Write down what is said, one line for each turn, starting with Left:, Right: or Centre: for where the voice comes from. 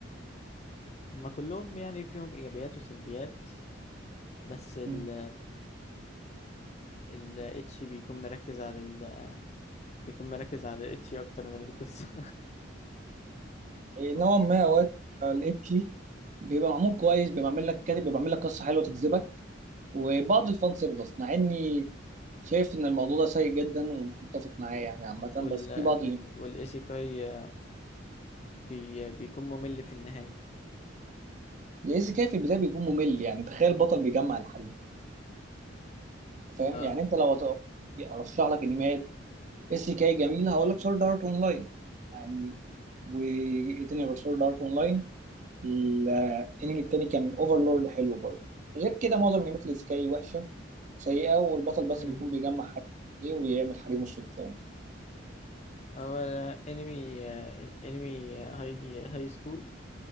Left: ما كلهم يعني فيهم ايجابيات وسلبيات بس ال
Right: مم.
Left: ال اتش بيكون مركز على ال بيكون مركز على الاتش اكتر من القصه <laughs>
Right: إيه نوعا ما اوقات الانمي بيبقى معمول كويس بيبقى عامل لك كاتب بيبقى عامل لك قصة حلوة تجذبك وبعض الفان سيرفيس مع اني شايف ان الموضوع ده سيء جدا ومش متفق معاه يعني عامه
Left: وال
Right: بس في بعض ال-
Left: والايسيكاي بي بيكون ممل في النهايه
Right: الايزي كاي في البدايه بيكون ممل يعني تخيل بطل بيجمع الحريم فاهم
Left: اه
Right: يعني انت لو هت- ارشح لك انميات اس كاي جميل هقول لك سورد ارت اونلاين يعني وايه تاني غير سورد ارت اونلاين الانمي التاني كان اوفرلورد حلو برضه غير كده معظم انميات الاس كاي وحشه سيئه والبطل بس
Left: مم.
Right: بيكون بيجمع حريم ليه ويعمل حريمه السلطان
Left: هو انمي انمي هاي هاي سكول